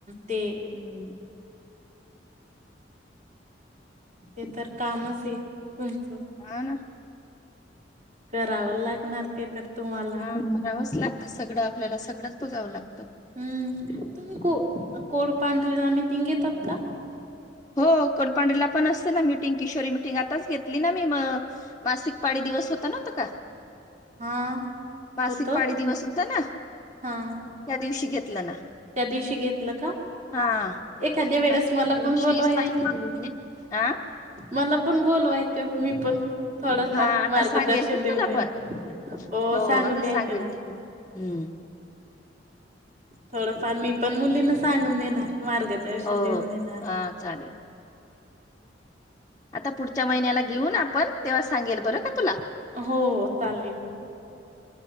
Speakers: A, on the right; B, on the left.
A: ते
B: हम्म
A: ते तर कामच आहे. तुमचं.
B: हा ना
A: करावं लागणार ते तर. तुम्हाला
B: हा बघावाच लागतं सगळं आपल्याला सगळंच बघावं लागत.
A: हम्म तुम्ही को कोड पांढरीला मिटिंग घेतात का?
B: हो कोलपांडेला पण असते ना मिटिंग किशोरी मिटिंग आताच घेतली ना मी म मासिक पाळी दिवस होता नवता का?
A: हा
B: मासिक
A: होतं
B: पाळी दिवस होता ना
A: हा
B: त्या दिवशी घेत घेतल ना.
A: त्या दिवशी घेतलं का?
B: हा
A: एखाद्या वेळेस
B: मासिक
A: मला
B: पाळीविषयीच
A: पण बो बोलवायच
B: माहिती
A: म
B: दिली तिने हा
A: मला पण बोलवायचं मी पण थोडंफार
B: हा आता
A: मार्गदर्शन
B: सांगेल ना
A: देऊन
B: तुला
A: देणार
B: पण हो
A: सांगून
B: आता
A: द्यायचे
B: सांगेल
A: ना.
B: त हम्.
A: थोडंफार मी पण मुलीना सांगून देणार. मार्गदर्शन
B: हो
A: देऊन देणार.
B: हा चालेल आता पुढच्या महिन्याला घेऊ ना आपण तेव्हा सांगेल बरं का तुला.
A: हो चालेल.